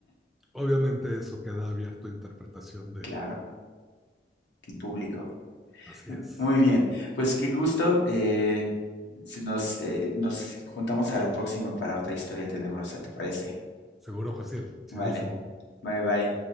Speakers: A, in the centre; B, on the left.
A: Obviamente eso queda abierto a interpretación de
B: Claro, el público.
A: así
B: M-
A: es.
B: Muy bien, pues qué gusto. eh, si nos, eh, nos juntamos a la próxima para otra historia tenebrosa, ¿te parece?
A: Seguro, Jaciel, chidísimo.
B: Vale. Bye bye.